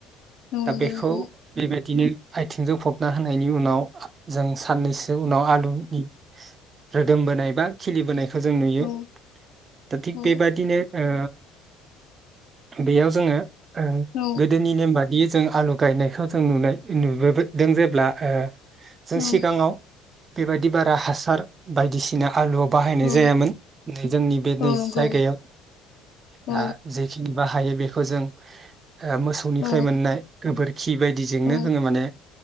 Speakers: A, on the left (about 60°); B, on the right (about 30°).
A: नौ नंगौ
B: दा बेखौ
A: नोंथां
B: बिबा बिदिनो आथिंजों फबना होनायनि उनाव जों साननैसो उनाव आलुनि रोदोम बोनाय बा खिलिबोनायखौ खौ जों नुयो
A: औ
B: दा थिग
A: औ
B: बेबादिनो ओ बेयाव जोङो ओ
A: औ
B: गोदोनि नेम बादि जों आलु गायनायखौ जों नुनाय नुबोबोदों जेब्ला ओ जों
A: औ।
B: सिगाङाव बेबायदि बारा हासार बायदिसिना आलु बाहायनाय
A: औ
B: जायामोन नै जोंनि बे नै
A: औ नंगौ
B: जायगायाव
A: औ
B: दा जेखिनि बा हायो बेखौ जों ओ मोसौनिफ्राय
A: औ
B: मोननाय गोबोर खि बायदिजोंनो
A: औ
B: जोङो माने